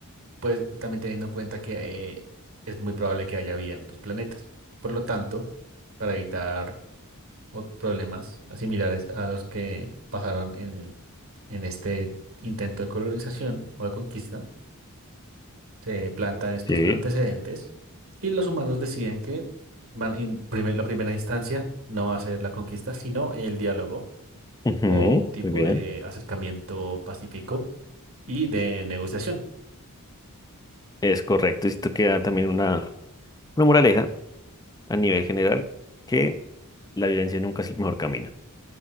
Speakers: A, on the right; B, on the left.
A: pues también teniendo en cuenta que eh, es muy probable que haya vida en otros planetas. Por lo tanto, para evitar ot- problemas similares a los que pasaron en, en este intento de colonización o de conquista, se plantan estos
B: sí.
A: antecedentes y los humanos deciden que van en primer- la primera instancia no va a ser la conquista, sino el diálogo
B: Ujú,
A: o un tipo
B: muy bien.
A: de acercamiento pacífico y de negociación.
B: Es correcto. Y esto queda también una, una moraleja a nivel general, que la violencia nunca es el mejor camino.